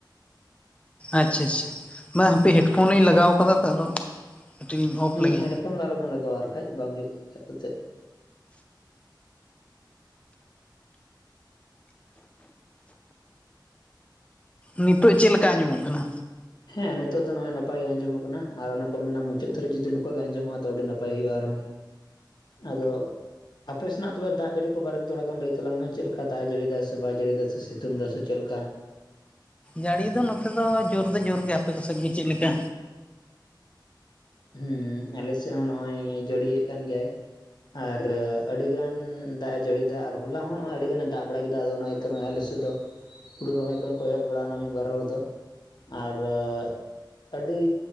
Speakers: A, on the left; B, on the left.
A: ᱟᱪᱷᱟ ᱟᱪᱷᱟ ᱢᱟ ᱦᱟᱯᱮ ᱦᱮᱰᱯᱷᱳᱱ ᱞᱤᱧ ᱞᱟᱜᱟᱣ ᱟᱠᱟᱫᱟ ᱛᱚ ᱟᱫᱚ ᱠᱟᱹᱴᱤᱡ ᱞᱤᱧ ᱚᱯᱷ
B: ᱦᱮᱸ
A: ᱞᱮᱜᱮ
B: ᱦᱮᱰᱯᱷᱳᱱ ᱫᱚ ᱟᱞᱚᱵᱮᱱ ᱞᱟᱜᱟᱣᱟ ᱟᱨ ᱵᱟᱠᱟᱡ ᱵᱟᱝ ᱦᱩᱭᱩᱜ-ᱟ ᱠᱷᱟᱱᱡ <unintelligible>
A: ᱱᱤᱛᱚᱜ ᱪᱮᱫ ᱞᱮᱠᱟ ᱟᱡᱚᱢᱚ ᱠᱟᱱᱟ?
B: ᱦᱮᱸ ᱱᱤᱛᱚᱜ ᱫᱚ ᱱᱚᱜᱼᱭ ᱱᱟᱯᱟᱭ ᱜᱮ ᱟᱸᱡᱚᱢᱚᱜ ᱠᱟᱱᱟ ᱟᱨ ᱚᱱᱟ ᱠᱚ ᱢᱮᱱᱟ ᱱᱤᱛᱚᱜ ᱦᱮ ᱱᱤᱛᱚ ᱫᱚ ᱱᱟᱯᱟᱭ ᱜᱮ ᱟᱡᱚᱢᱚ ᱠᱟᱱᱟ ᱢᱩᱪᱟᱹᱫ ᱫᱷᱟᱹᱨᱤᱡ ᱡᱩᱤ ᱱᱚᱝ ᱜᱮ ᱟᱸᱡᱚᱢᱚᱜ-ᱟ ᱛᱚ ᱟᱹᱰᱤ ᱱᱟᱯᱟᱭ ᱦᱩᱭᱩᱜ-ᱟ ᱟᱨᱦᱚᱸ᱾ ᱟᱫᱚ ᱟᱯᱮ ᱥᱮᱱᱟᱜ ᱫᱟᱜ ᱡᱟᱹᱲᱤ ᱠᱚ ᱵᱟᱨᱮᱛᱮ ᱛᱷᱚᱲᱟ ᱜᱟᱱ ᱞᱟᱹᱭ ᱛᱟᱞᱟᱝ ᱢᱮ ᱪᱮᱫ ᱞᱮᱠᱟ ᱫᱟᱜ ᱮ ᱡᱟᱹᱲᱤᱭᱤᱫᱟ ᱥᱮ ᱵᱟᱭ ᱡᱟᱹᱲᱤᱫᱟ ᱥᱮ ᱥᱤᱛᱩᱝ ᱮᱫᱟ ᱥᱮ ᱪᱮᱫ ᱞᱮᱠᱟ?
A: ᱡᱟᱹᱲᱤ ᱫᱚ ᱱᱚᱛᱮ ᱫᱚ ᱡᱳᱨ ᱫᱚ ᱡᱳᱨ ᱜᱮ ᱟᱯᱮ ᱠᱚ ᱥᱮᱫ ᱜᱮ ᱪᱮᱫ ᱞᱮᱠᱟ?
B: ᱦᱮᱸ ᱟᱞᱮ ᱥᱮᱫ ᱦᱚᱸ ᱱᱚᱜ-ᱚᱭ ᱡᱟᱹᱲᱤᱭᱮᱫ ᱠᱟᱱ ᱜᱮᱭᱟᱭ ᱾ ᱟᱨ ᱟᱹᱰᱤ ᱜᱟᱱ ᱫᱟᱜ ᱮ ᱡᱟᱹᱲᱤᱭ ᱫᱟ ᱟᱨ ᱦᱚᱞᱟ ᱦᱚᱸ ᱱᱚᱜᱚᱭ ᱟᱹᱰᱤ ᱜᱟᱱᱮ ᱫᱟᱜ ᱵᱟᱲᱟ ᱠᱮᱫᱟ ᱟᱫᱚ ᱚᱱᱟ ᱤᱭᱟᱹᱛᱮ ᱱᱚᱜ ᱟᱞ <unintelligible> ᱛᱮᱫᱚ ᱦᱩᱲᱩ ᱨᱚᱦᱚᱭ ᱠᱚᱭ ᱠᱚᱭᱚᱜ ᱵᱟᱲᱟᱣᱱᱟ ᱢᱤᱫ ᱵᱟᱨ ᱦᱚᱲ ᱫᱚ᱾ ᱟᱨᱚ ᱟᱹᱰᱤ